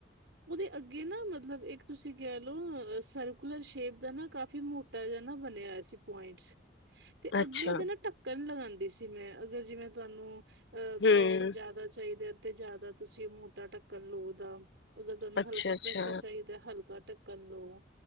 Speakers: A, on the right; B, on the left.
A: ਉਹਦੇ ਅੱਗੇ ਨਾ, ਮਤਲਬ ਇੱਕ ਤੁਸੀਂ ਕਹਿ ਲਓ ਸਰਕੂਲਰ ਸ਼ੇਪ ਦਾ ਨਾ, ਕਾਫੀ ਮੋਟ ਪਹਿਲੇ ਨਾ, ਬਣਿਆ ਸੀ ਪੁਆਇੰਟਸ। ਤੇ
B: ਅੱਛਾ
A: ਅੱਗੇ ਉਹਦੇ ਨਾ, ਢੱਕਣ ਲਗਾਉਂਦੀ ਸੀ ਮੈਂ, ਅਗਰ ਜਿਵੇਂ ਤੁਹਾਨੂੰ ਅ
B: ਹਮ
A: ਪ੍ਰੈਸ਼ਰ ਜ਼ਿਆਦਾ ਚਾਹੀਦਾ, ਤੇ ਜਿਆਦਾ ਤੁਸੀਂ ਮੋਟਾ ਢੱਕਣ ਲਓ ਉਹਦਾ। ਅਗਰ ਤੁਹਾਨੂੰ
B: ਅੱਛਾ
A: ਹਲਕਾ
B: ਅੱਛਾ
A: ਪ੍ਰੈਸ਼ਰ ਚਾਹੀਦਾ, ਹਲਕਾ ਢੱਕਣ ਲੋ